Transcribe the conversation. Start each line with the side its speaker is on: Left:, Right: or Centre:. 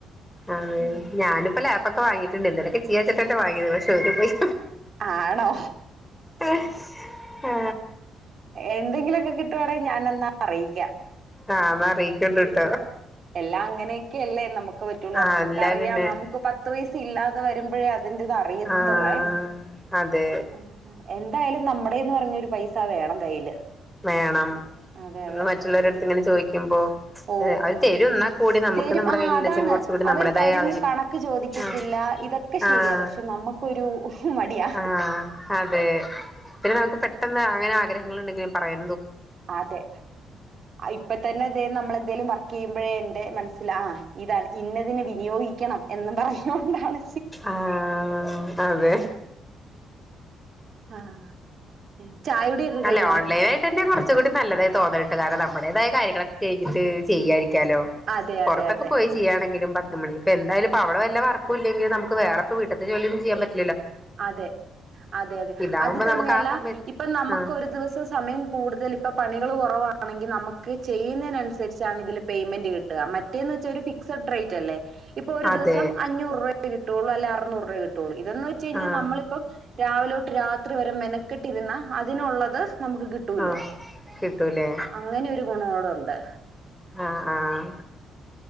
Centre: അതെ
Right: ഉം
Centre: ഞാനിപ്പ ല ഒക്കെ വാങ്ങിട്ടുണ്ട് ഇന്നലക്കെ <unintelligible> വാങ്ങി പക്ഷെ ഒരു പൈസ
Right: ആണോ
Centre: ആഹ്
Right: എന്തെങ്കിലുമൊക്കെ കിട്ടുവാണേങ്കി ഞാനെന്ന അറിയും
Centre: അങ്ങനെ ആഹ് എന്നാ അറിയിക്കണ്ട്ട്ടോ
Right: എല്ലാം അങ്ങനെയൊക്കെ അല്ലേ നമുക്ക് പറ്റുള്ളൂ
Centre: ആഹ്
Right: നമുക്ക്
Centre: അല്ല
Right: അറിയാം
Centre: പിന്നെ
Right: നമുക്ക് പത്ത് പയസ ഇല്ലാതെ വരു <unintelligible> അതിന്റേത് അറിയത്തൊള്ളേ
Centre: ആഹ് അതെ
Right: ആ എന്തായാലും ന നമ്മടേന്ന് പറഞ്ഞൊരു പൈസ വേണം കയ്യില്
Centre: വേണം
Right: അതെ
Centre: നമ്മള്
Right: അതെ
Centre: മറ്റുള്ളവരടുത്ത് ഇങ്ങനെ ചോദിക്കുമ്പോ
Right: ഓ
Centre: അവര്
Right: അതെ
Centre: തരും എന്നാ കൂടി നമുക്ക്
Right: തരും
Centre: നമ്മുടെ
Right: ആ
Centre: കയ്യിലുണ്ടെച്ചെങ്കി
Right: അതാണ്
Centre: കുറച്ചും കൂടി
Right: അവര്
Centre: നമ്മുടേതായ
Right: തരും
Centre: ആവശ്യം
Right: കണക്ക് ചോദിക്കത്തില്ല
Centre: ആഹ്
Right: ഇതൊക്കെ ശരിയാ
Centre: ആഹ്
Right: പക്ഷെ നമുക്കൊരു മടിയാ
Centre: ആഹ് അതെ പിന്നെ നമുക്ക് പെട്ടെ പെട്ടെന്ന് അങ്ങനെ ആഗ്രഹങ്ങൾ ഉണ്ടെങ്കിൽ പറയ
Right: അതെ ഇപ്പ തന്നെ അതെ നമ്മൾ എന്തേലും വർക്ക് ചെയ്യുമ്പ അപ്പഴേഎന്റെ മനസ്സില് ആഹ് ഇതാണ് ഇന്നതിനെ വിനിയോഗിക്കണം എന്ന് പറഞ്ഞോണ്ടാണ്
Centre: ആഹ് അതെ
Right: ആഹ് ചായുടിയൊക്കെ കഴിഞ്ഞോ
Centre: അല്ല ഓൺലൈൻ ആയിട്ട് അന്നെ കുറ <unintelligible> കൂടി നല്ലത തോന്നലട്ട കാരണം നമ്മടതായ കാര്യങ്ങളൊക്കെ കഴിഞ്ഞിട്ട് ചെയ്യായിരിക്കും ക്കാലോ
Right: അതെ
Centre: പുറത്തൊക്കെ
Right: അതെ അതെ
Centre: പോയി ചെയ്യാണെങ്കിലും പത്ത് മണി ഇപ്പ എന്തായാലും അവടെ വല്ല വർക്കുവില്ലെങ്കിൽ നമുക്ക് വേറേ ഇപ്പ വീട്ടത്തെ ജോലി ഒന്നും ചെയ്യൻ പറ്റൂ
Right: അതെ അതെ അതെ
Centre: ഇതാകുമ്പോ
Right: അത് തന്നെയല്ല
Centre: നമുക്ക് ആ സമയത്ത്
Right: ഇപ്പ നമുക്ക്
Centre: ആഹ്
Right: ഒരു ദിവസം സമയം കൂടുതൽ ഇപ്പ പണികൾ <unintelligible> കുറവാണെങ്കിൽ നമുക്ക് ചെയുന്നതിനനുസരിച്ചാണ് ഇതിൽ പേയ്മെന്റ് കിട്ടുക മ മറ്റേന്ന് വച്ച ഫിക്സഡ് റേറ്റ് അല്ലേ ഇപ്പൊ ഒരു
Centre: അതെ
Right: ദിവസം അഞ്ഞൂറ് രൂപ കിട്ടുള്ളു അല്ലെ അറുന്നൂ രൂപേ കിട്ടുള്ളൂ ഇതോന്ന് വെച്ച് കഴിഞ്ഞാൽ
Centre: ആഹ്
Right: നമ്മളിപ്പം രാവില തൊട്ട് രാത് രാത്രി വരെ മെനക്കെട്ടിരുന്ന അതിനുള്ളത് നമുക്ക് കിട്ടൂലോ
Centre: ആഹ് കിട്ടൂലേ
Right: അങ്ങനെ ഒരു ഗുണോടെണ്ട്.
Centre: ആഹ് ആഹ്.